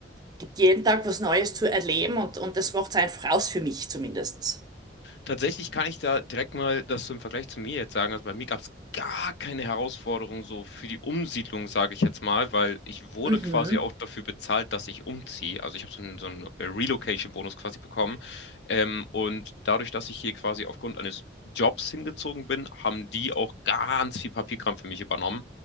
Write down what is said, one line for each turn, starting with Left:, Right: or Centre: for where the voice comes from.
Right: gibt jeden Tag was Neues zu erleben und, und das macht's einfach aus für mich zumindest.
Left: Tatsächlich kann ich da direkt mal das so im Vergleich zu mir jetzt sagen. Also bei mir gab's gar keine Herausforderung so für die Umsiedlung, sage ich jetzt mal, weil ich wurde
Right: Mhm.
Left: quasi auch dafür bezahlt, dass ich umziehe. Also ich habe so einen so 'n äh, Relocation-Bonus quasi bekommen. Ähm, und dadurch, dass ich hier quasi aufgrund eines Jobs hingezogen bin, haben die auch ganz viel Papierkram für mich übernommen.